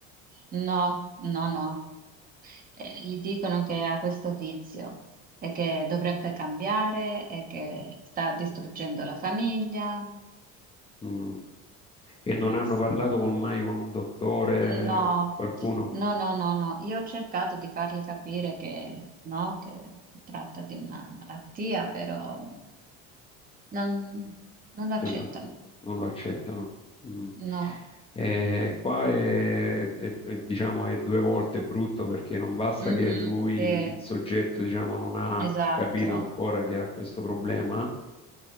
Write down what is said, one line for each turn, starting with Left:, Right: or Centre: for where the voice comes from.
Right: no, no, no. Eh, gli dicono che ha questo vizio e che dovrebbe cambiare e che sta distruggendo la famiglia.
Left: Mm. E non
Right: Eh,
Left: hanno
Right: sì.
Left: parlato con- mai con un dottore,
Right: No,
Left: qualcuno,
Right: no, no, no, no. Io ho cercato di fargli capire che no, che si tratta di una malattia, però non, non lo accettano.
Left: Cioè, non non lo accettano. Mm.
Right: No.
Left: Eh, qua è, è- è, diciamo, è due volte brutto perché non basta
Right: Mhm,
Left: che lui,
Right: sì,
Left: il soggetto, diciamo, non ha
Right: esatto.
Left: capito ancora che ha questo problema.